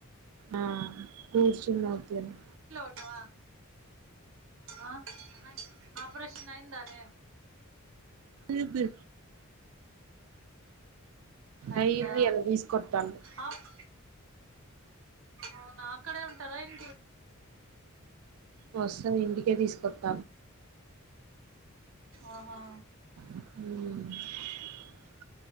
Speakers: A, on the right; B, on the right.
A: ఆ కూర్చనా ఉత్తగానే
B: నవ ఆ ఆపరషన్ అయిందానేే
A: ఏందీ
B: అయిందా
A: అయింది అలా తీసుకొతాలు
B: అవ్- అవునా అక్కడే ఉంటారా ఇం
A: వస్తారు ఇంటికే తీసుకొ త్త
B: ఆహా
A: ఉ